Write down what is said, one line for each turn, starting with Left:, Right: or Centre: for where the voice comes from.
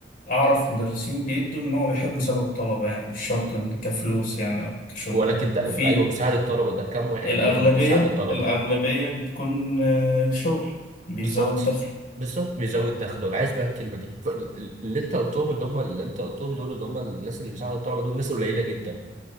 Left: أعرف مدرسين بيدوا إن هو بيحب يساعدوا الطلبة يعني مش شرط إن كفلوس يعني أو كشغل
Right: ولكن ده
Left: وفي
Right: ايوه بيساعد الطلبه ده كام واحد
Left: الأغلبية
Right: منهم بيساعد
Left: الأغلبية
Right: الطلبه؟
Left: بتكون آه، شغل بيزود
Right: بالظبط
Left: دخله
Right: بالظبط بيزود دخله انا عايز بقى الكلمه دي ف- ال- ال- اللي انت قلتهم اللي هم اللي انت قلتهم دول اللي هم الناس اللي بيساعدوا الطلبه دول ناس قليله جدا